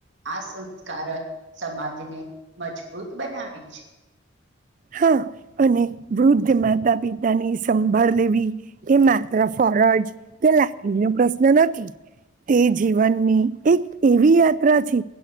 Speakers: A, on the right; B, on the right.
A: આ સંસ્કાર જ સમાજને મજબૂત બનાવે છે
B: હા અને વૃદ્ધ માતા પિતાની સંભાળ લેવી એ માત્ર ફરજ કે લાગણી નો પ્રશ્ન નથી તે જીવનની એક એવી યાત્રા છે